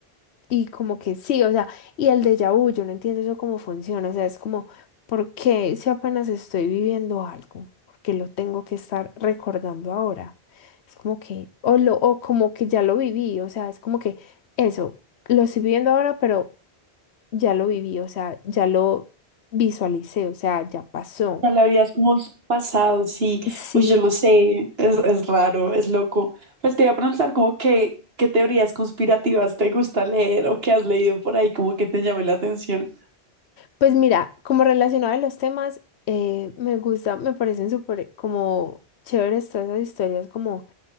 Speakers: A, on the left; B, on the right.
A: y como que sí, o sea, y el déjà vu, yo no entiendo eso cómo funciona, o sea, es como, ¿por qué si apenas estoy viviendo algo? ¿Por qué lo tengo que estar recordando ahora? Es como que, o, lo, o como que ya lo viví, o sea, es como que eso, lo estoy viviendo ahora, pero ya lo viví, o sea, ya lo visualicé, o sea, ya pasó.
B: Ya la vida es como s- pasado, sí.
A: Sí,
B: Pues yo lo sé, es, es raro, es loco. Pues te iba a preguntar como que, qué teorías conspirativas te gusta leer o que has leído por ahí como que te llame la atención.
A: pues mira, como relacionado a los temas, eh, me gusta, me parecen súper como chéveres todas esas historias como